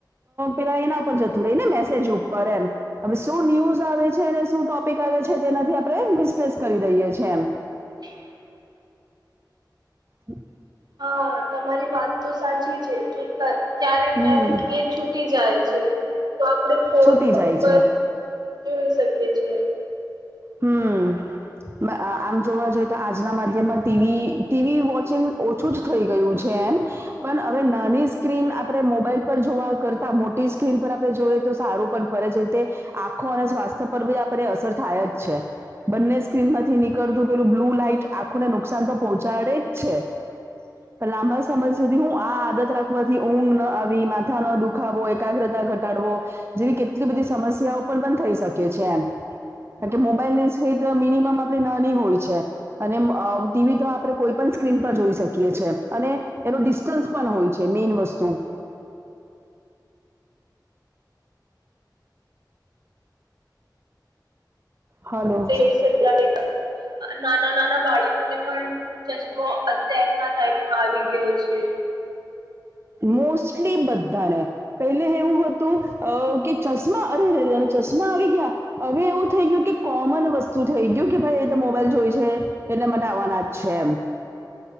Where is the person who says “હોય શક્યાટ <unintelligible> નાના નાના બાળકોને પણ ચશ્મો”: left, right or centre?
Right